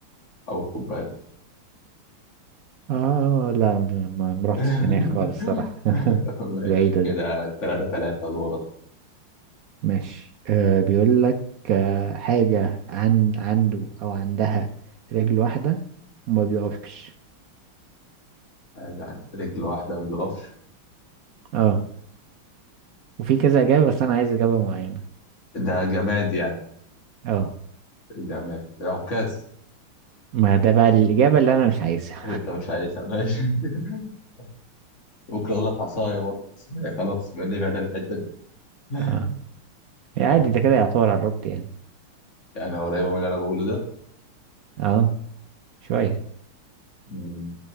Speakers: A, on the left; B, on the right.
A: او الكوبايه
B: اه لا لا، ما ما رحتش
A: <laughs>
B: هناك خالص الصراحة <laughs>
A: ماشي
B: بعيدة دي
A: كده تلاتة تلاتة دورة
B: ماشي آه بيقول لك آه حاجة عن عنده أو عندها رجل واحدة وما بيقفش
A: حاجة عن رجل واحدة ما بيقفش
B: اه وفي كذا إجابة بس أنا عايز إجابة معينة
A: ده جماد يعني
B: اه
A: جماد عكاز
B: ما ده بقى الإجابة اللي أنا مش عايزها
A: انت مش عايزها ماشي <laughs> ممكن اقول لك عصايه برضه بس خلاص نبعد عن الحته دي
B: <laughs>
A: <laughs>
B: اه عادي
A: آه،
B: ده كده يعتبر قربت يعني
A: يعني انا قريبه من اللي انا بقوله ده
B: اه شوية
A: مم،